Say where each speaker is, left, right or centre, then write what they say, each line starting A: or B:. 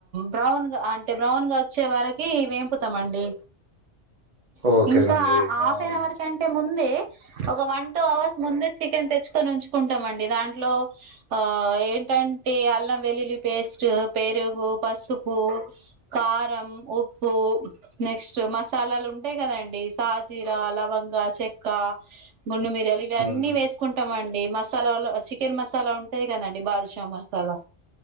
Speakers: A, on the right; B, on the right.
A: బ్రౌన్ గా అంటే బ్రౌన్ గా వచ్చే వారికి వేంపుతాం అండి
B: ఓకేనండి
A: ఇంకా ఆపేయాలి
B: అవును
A: అని కంటే ముందే ఒక వన్ టూ అవర్స్ ముందే చికెన్ తెచ్చుకొని ఉంచుకుంటాం అండి దాంట్లో ఆ ఏంటంటే అ వెల్లుల్లి పేస్ట్ పెరుగు పసుపు కారం ఉప్పు నెక్స్ట్ మసాలాలు ఉ అంతే కదండి సాజీరా లవంగా చెక్క గుండు మిరియాలు ఇవన్నీ
B: ఉమ్,
A: వేసుకుంటామండి అండి మసాలాలో చికెన్ మసాలా ఉంటది కదండి బాద్షా మసాలా